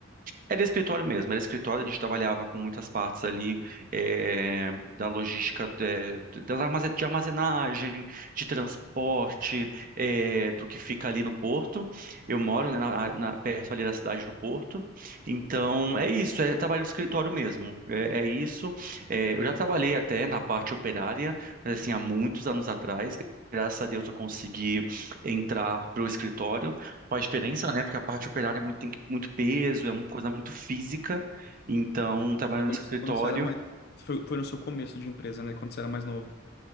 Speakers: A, on the right; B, on the left.
A: Era escritório mesmo, era escritório, a gente trabalhava com muitas partes ali eh, da logística eh, das armaze- de armazenagem, de transporte, eh, do que fica ali no porto. Eu moro, né, na- na- perto ali da cidade do Porto, então é isso, é trabalho de escritório mesmo, é, é isso. Eh, eu já trabalhei até na parte operária, mas assim, há muitos anos atrás. Graças a Deus eu consegui entrar para o escritório. Faz diferença, né? Porque a parte operária é muito, tem muito peso, é uma coisa muito física. Então,
B: Sei.
A: trabalhando
B: Você começou
A: no escritório.
B: quando você era mais. Foi, foi no seu começo de empresa, né? Quando você era mais novo.